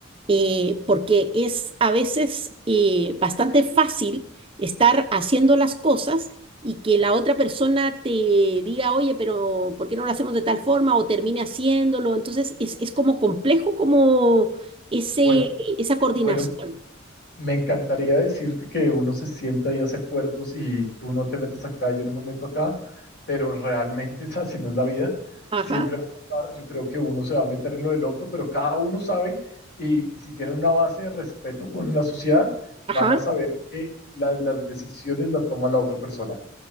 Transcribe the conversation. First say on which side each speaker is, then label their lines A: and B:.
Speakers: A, on the right; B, on the left.
A: eh, porque es a veces eh, bastante fácil estar haciendo las cosas y que la otra persona te diga, oye, pero ¿por qué no lo hacemos de tal forma? o termine haciéndolo. Entonces, es, es como complejo como ese,
B: Bueno,
A: esa coordinación.
B: bueno, me encantaría decirte que uno se sienta y hace acuerdos y tú no te metes acá, yo no me meto acá, pero realmente <laughs> es así no es la vida.
A: Ajá,
B: Siempre va a pasar, yo creo que uno se va a meter en lo del otro, pero cada uno sabe y, y si tienen una base de respeto con la sociedad, van
A: ajá,
B: a saber que la- las decisiones la toma la otra persona.